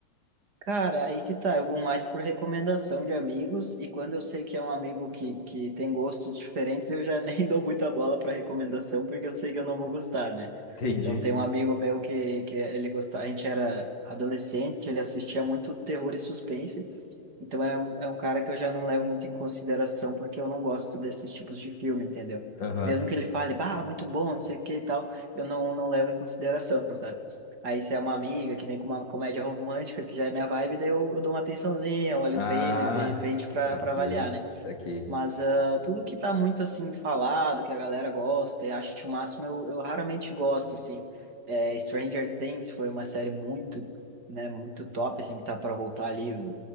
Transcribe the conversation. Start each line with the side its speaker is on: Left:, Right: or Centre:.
Right: Cara, aí que tá. Eu vou mais por recomendação de amigos, e quando eu sei que é um amigo que, que tem gostos diferentes, eu já <laughs> nem dou muita bola para recomendação, porque eu sei que eu não vou gostar, né?
Left: <laughs> Entendi.
Right: Então, tem um amigo meu que, que ele gostava, a gente era adolescente, ele assistia muito terror e suspense, então é, um- é um cara que eu já não levo muito em consideração porque eu não gosto desses tipos de filme, entendeu?
Left: Aham.
Right: Mesmo que ele fale, bah, muito bom, não sei o que e tal, eu não, não levo em consideração, sabe? Aí se é uma amiga que vem com uma comédia romântica, que já é minha vibe, daí eu, eu dou uma atençãozinha, eu olho
Left: Ah,
Right: o trailer, de repente,
Left: saquei,
Right: pra, pra avaliar, né?
Left: saquei.
Right: Mas ah, tudo que tá muito, assim, falado, que a galera gosta e acha o máximo, eu, eu raramente gosto, assim. É, Stranger Things foi uma série muito né, muito top, assim, que tá para voltar ali